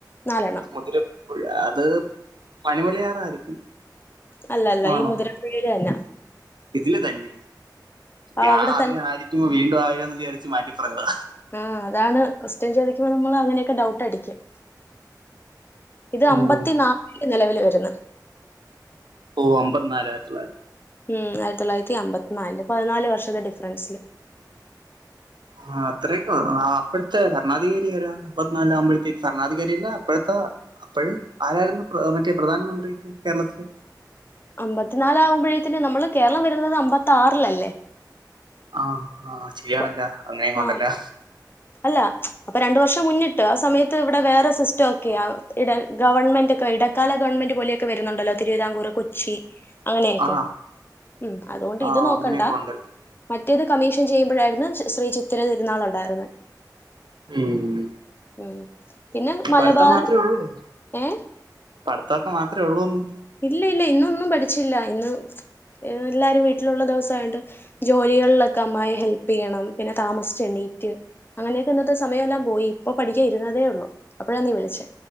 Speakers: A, on the left; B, on the right.
A: നാലെണ്ണം
B: മുതിരപ്പുഴ അത് മണിമലയാറായിരിക്കും
A: അല്ല അല്ല
B: ആണോ
A: ഈ മുതിരക്കുഴിയ്ല് അല്ല
B: ഇതില് തന്നെ ഞാൻ
A: അവിടെ
B: അതിലായിരിക്കുമ്പോ
A: തന്നെ
B: വീണ്ടും ആയോന്ന് വിചാരിച്ചു മാറ്റിപ്പറഞ്ഞത
A: ആ അതാണ് കൊസ്റ്റ്ൻ ചോദിക്കുമ്പോ നമ്മള് അങ്ങനെയൊക്കെ ഡൗട്ടടിയ്ക്കും ഇത് അമ്പത്തി
B: ഉം
A: നാല് ല് നിലവില് വര്ന്ന്
B: ഓ അമ്പത്തിനാലായിര്ട്ടുള്ള
A: ഉം ആയിരത്തി തൊള്ളായിരത്തി അമ്പത്തിനാല് ല് പതിനാല് വർഷത്തെ ഡിഫറൻസില്
B: ആ അത്രക്ക ആ അപ്പഴത്തെ ഭരണാധികാരി ആരാ അമ്പത്തിനാല് ആകുമ്പഴത്തേക്കും ഭരണാധികാരിയല്ല അപ്പഴത്തെ അപ്പഴ് ആരായിരുന്നു മറ്റേ പ്രധാനമന്ത്രി കേരളത്തില്
A: അമ്പത്തിനാലാകുമ്പഴേത്തിന് നമ്മള് കേരളം വരുന്നത് അമ്പത്തി ആറിലല്ലേ
B: ആ ആ ശരിയാണല്ല
A: അപ്പൊ
B: അങ്ങനെയും കൊണ്ടല്ലാ
A: ആ അല്ല അപ്പൊ രണ്ടു വർഷം മുന്നിട്ട് ആ സമയത്ത് ഇവിടെ വേറെ സിസ്റ്റം ഒക്കെയാ ഇട ഗവൺമെന്റ്ക്കെ ഇടക്കാല ഗവൺമെന്റ് പോലെയൊക്കെ വരുന്നുണ്ടല്ലോ തിരുവിതാംകൂർ കൊച്ചി അങ്ങനെയൊക്കെ
B: ആ
A: ഉം അതുകൊണ്ട്
B: ആ
A: ഇത് നോക്കണ്ടാ
B: അങ്ങനെയൊക്കെ ഉണ്ടല്ലേ
A: മറ്റേത് കമ്മീഷൻ ചെയ്യുമ്പഴായിരുന്ന് ശ്രീ ചിത്തിര തിരുന്നാൾ ഉണ്ടായിരുന്നേ
B: ഉം
A: ഉം പിന്നെ മലബാർ
B: പഠിത്തം മാത്രമേ ഉള്ളൂ
A: ഏ
B: പഠിത്തമൊക്കെ മാത്രേ ഒള്ളൂന്ന്
A: ഇല്ല ഇല്ല ഇന്നൊന്നും പഠിച്ചില്ല ഇന്ന് എല്ലാരും വീട്ടിലുള്ള ദിവസ ആയോണ്ട് ജോലികളിലൊക്കെ അമ്മായിയേ ഹെൽപ് ചെയ്യണം പിന്നെ താമസിച്ച് എണ്ണീറ്റ് അങ്ങനെയൊക്കെ ഇന്നത്തെ സമയമെല്ലാം പോയി ഇപ്പൊ പഠിക്കാ ഇരുന്നതേ ഉള്ളു അപ്പഴാ നീ വിളിച്ചേ